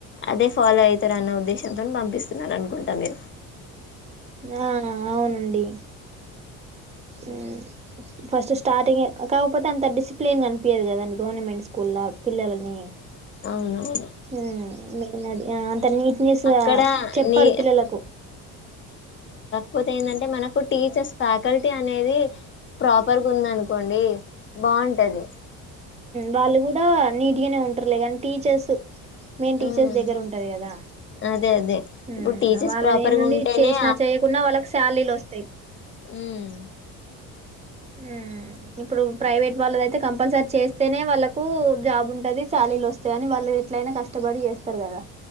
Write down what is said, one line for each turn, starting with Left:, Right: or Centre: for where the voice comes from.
Left: అదే ఫాలో అయితారు అన్న ఉద్దేశంతోని పంపిస్తున్నారు అనుకుంట మీరు.
Right: ఆ అవునండి ఊమ్ ఫస్ట్ స్టార్టింగే కాకపోతే అంత డిసిప్లిన్ గనిపీయదు గదండి గవర్నమెంట్ స్కూల్లా పిల్లలని
Left: అవును
Right: హూమ్ మెయిన్ అది అంత నీట్నెస్ గా
Left: అక్కడ
Right: చెప్పరు
Left: నీ
Right: పిల్లలకు.
Left: పోతే ఏందంటే మనకు టీచర్స్ ఫ్యాకల్టీ అనేది ప్రాపర్ గుందనుకోండి. బావుంటది
Right: వాళ్ళు కూడా నీట్ గానే ఉంటారులే గానీ టీచర్స్ మెయిన్ టీచర్స్
Left: ఉమ్
Right: దగ్గర ఉంటది గదా,
Left: అదే అదే
Right: హుమ్
Left: ఇప్పుడు టీచర్స్
Right: వాళ్ళది
Left: ప్రాపర్గా
Right: ఏముంది
Left: ఉంటేనే
Right: చేసినా చేయకున్నా వాళ్ళకి శాలరీలు వస్తాయి.
Left: ఊమ్
Right: అ ఊమ్ ఇప్పుడు ప్రైవేట్ వాళ్ళదయితే కంపల్సరీ చేస్తేనే వాళ్ళకు జాబ్ ఉంటది శాలరీలు వస్ కాని వాళ్ళు ఎట్లయినా కష్టపడి చేస్తారు గదా